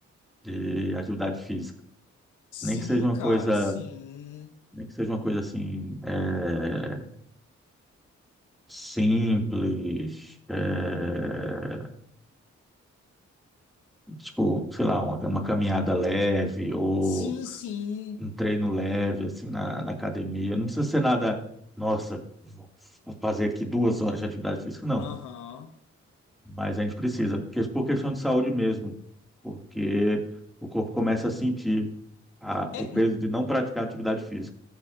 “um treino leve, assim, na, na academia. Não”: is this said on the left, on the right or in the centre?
Centre